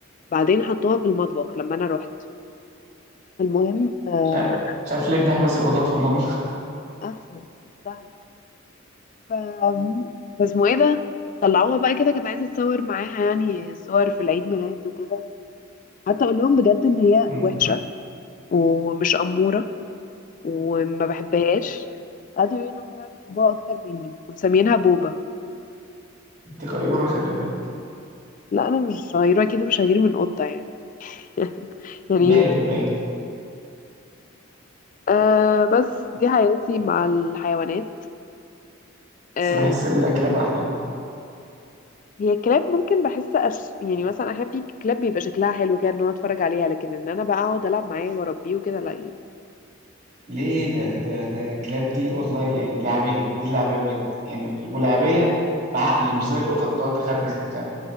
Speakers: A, on the left (about 40°); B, on the right (about 40°).
A: بعدين حطوها في المطبخ لما انا رحت المهم آه
B: مش عارف مش عارف ليه بنحبس القطط في المطبخ
A: احسن تستاهل ف بس اسمه ايه ده طلعوها بقى كده كانت عايزه اتصور معاها يعني صور في العيد ميلاد وكده حتى اقول لهم بجد ان هي
B: <laughs> أمم،
A: وحشه ومش اموره وما بحبهاش قعدوا يقولوا ان هما بقى بيحبوها اكتر مني ومسمينها بوبا
B: أنت غيورة خلي بالك
A: لا انا مش صغيره اكيد مش هغير من قطه يعني <laughs> يعني
B: باين باين
A: أه بس دي حياتي مع الحيوانات
B: <laughs>
A: أه
B: بس بحس الكلاب أحلى
A: هي الكلاب ممكن بحس أش... يعني مثلا احيانا في كلاب بيبقى شكلها حلو كده ان هو اتفرج عليها لكن ان انا بقى اقعد العب معاه واربيه وكده لا يعني
B: ليه ده ده ده الكلاب دي والله يعني لعبية دي اللعبية بجد يعني ولعبية بعقل مش زي القطط بتقعد تخربش وبتاع